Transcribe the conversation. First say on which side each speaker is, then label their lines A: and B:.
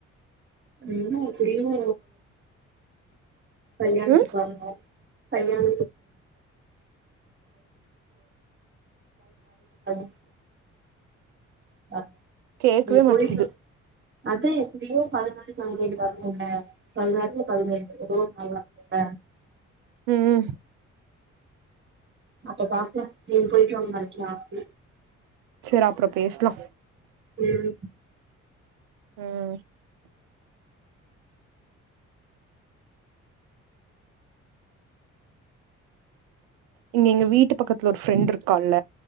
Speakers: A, on the right; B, on the right.
A: உம் எப்படியோ கல்யாணத்துக்கு
B: ம்
A: வரனு <unintelligible> <unintelligible>
B: கேக்கவே
A: நீ
B: மாட்டேக்குது
A: போயிட்டு அதா எப்டியோ பாதினாலு நாங்க வீட்டுக்கு வரனுல்ல பதினேழு வரனும்ல பதினாறுல பதினேழு ஏதோ ஒரு நாள் வரனுல்லலா
B: உம்-உம்
A: <unintelligible>
B: சேரி அப்பறோ பேசலா
A: உம்
B: உம் இங்க எங்க வீட்டு பக்கத்துல ஒரு ஃப்ரெண்ட்டு இருக்கால